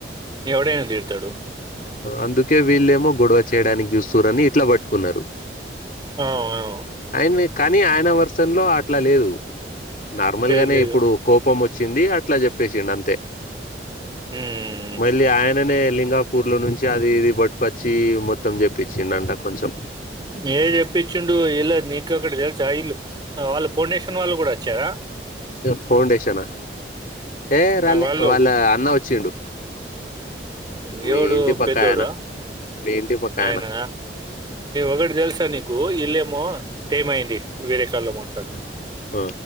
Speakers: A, on the right (about 25°); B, on the left (about 50°).
A: ఎవడైనా తిడతడు.
B: అందుకే వీళ్ళేమో గొడవ చేయడానికి చూస్తుంన్రూ ఇట్ల పట్టుకున్నారు.
A: అవు అవును
B: ఆయన కానీ ఆయన వెర్షన్ అట్ల లేదు. నార్మల్గనే
A: లేదు. లేదు.
B: ఇప్పుడు కోపం వచ్ వచ్చింది అట్లా చెప్పేసిండ్ అంతే
A: హ్మ్.
B: మల్లీ ఆయననే లింగా ఊర్లో నుంచి అది ఇది పట్టుకొచ్చి మొత్తం చెప్పించిండంట కొంచెం
A: ఏ చెప్పిచ్చుండు ఇళద్ నీక్ ఒకట్ తెల్సా ఇళ్ళు వాళ్ళ ఫౌండేషన్ వాళ్ళు కూడా వచ్చారా
B: ఫౌండేషనా ఏ రాలే
A: ఆహ్, వాళ్ళు
B: వాళ్ళ అన్న వచ్చిండు.
A: మీవోడు
B: మీ ఇంటి పక్క
A: పెద్దోడా
B: ఆయన మీ ఇంటి పక్క
A: ఆయననా
B: ఆయన
A: ఒకటి తెల్సా నీకు ఈళ్ళేము ఏమైంది వేరే కాల్ లో మాట్లాడు
B: ఆ